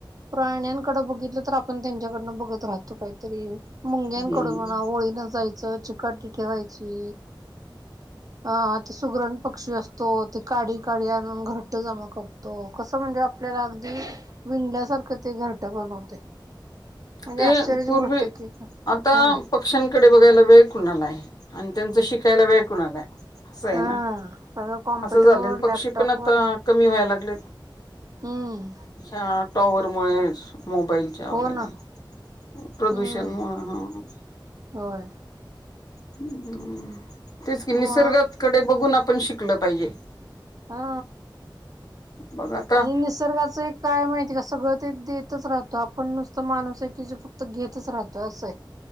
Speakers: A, on the right (about 45°); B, on the left (about 50°).
A: प्राण्यांकड बघितलं तर आपण त्यांच्याकडनं बघत राहतो काहीतरी मुंग्यांकडून
B: हम्म
A: म्हणा ओळीन जायचं चिकटी ठेवायची अ ते सुग्रण पक्षी असतो ते काढी काढी आणून घरट्ट जमा करतो हो कसं म्हणजे आपल्याला अगदी विंनलयासारखे ते घरट बनवते म्हणजे
B: ते
A: आश्चर्याची
B: पूर्वी
A: गोष्ट आहे की हम्म
B: आता पक्ष्यांकडे बघायला वेळ कोुणाला आहे आणि त्यांचा शिकायला वेळ कोुणाला आहे अस आहे
A: हा
B: ना
A: सगळं कॉम्प्युटरवर
B: असं झालं पक्षी
A: लॅपटॉपवर
B: पण आता कमी व्हायला लागले
A: हम्म
B: ह टॉवर मुळे मोबाईलच्या
A: हो
B: वगैरे
A: ना
B: प्रदूषण
A: हम्म
B: मुळे ह
A: होय
B: ह अ तेच कि
A: मग
B: निसर्गाकडे बघून आपण शिकल पाहिजे
A: हा
B: बघ आता
A: आणि निसर्गाचं एक काय माहिती का सगळं ते देतच राहत आपण नुसतं माणूस आहे की जे फक्त घेतच राहत असं आहे